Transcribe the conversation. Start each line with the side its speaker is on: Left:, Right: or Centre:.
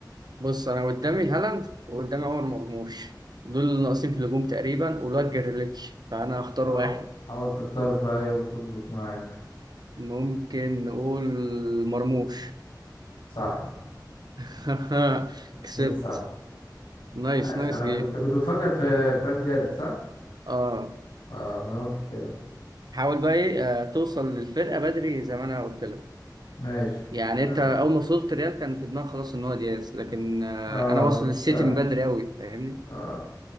Right: بص انا قدامي هالاند وقدامي عمر مرموش دول اللي ناقصين في الهجوم تقريبا والواد جريليتش فانا هختار
Left: حاول
Right: واحد
Left: حاول تختار بقى وتظبط معاك
Right: ممكن نقول مرموش
Left: صح
Right: <laughs> كسبت
Left: قول صح
Right: نايس
Left: عشان
Right: نايس
Left: انا
Right: جيم
Left: كنت كنت بتفكر في ابراهيم دياز صح
Right: اه
Left: اه ما انا قلت كده
Right: حاول بقى ايه آه، توصل للفرقه بدري زي ما انا قلت لك
Left: ماشي
Right: يعني
Left: تمام
Right: انت اول ما وصلت ريال كان في دماغك خلاص ان هو دياز لكن آه،
Left: اه
Right: انا واصل
Left: ما في-
Right: للسيتي
Left: فعلا
Right: من بدري قوي فاهمني
Left: اه